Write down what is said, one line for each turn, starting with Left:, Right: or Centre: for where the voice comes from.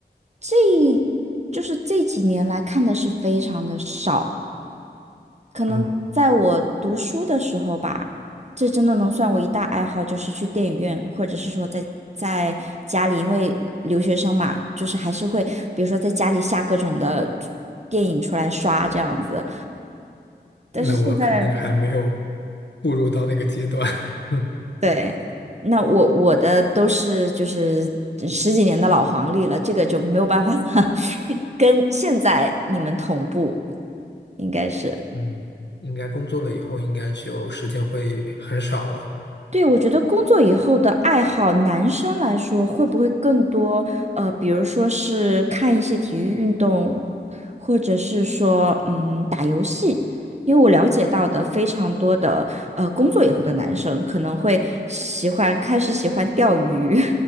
Right: 这就是这几年来看的是非常的少，可能在我读书的时候吧，
Left: 嗯，
Right: 这真的能算我一大爱好，就是去电影院，或者是说在在家里，因为留学生嘛，就是还是会，比如说在家里下各种的电影出来刷这样子。但是现在。
Left: 那我可能还没有步入到那个阶段。<laughs>
Right: 对，那我我的都是就是十几年的老黄历了，这个就没有办法了，<laughs> 跟现在你们同步，应该是。
Left: 嗯，应该工作了以后，应该就时间会很少了。
Right: 对，我觉得工作以后的爱好，男生来说会不会更多？呃，比如说是看一些体育运动，或者是说嗯打游戏，因为我了解到的非常多的呃工作以后的男生可能会喜欢开始喜欢钓鱼，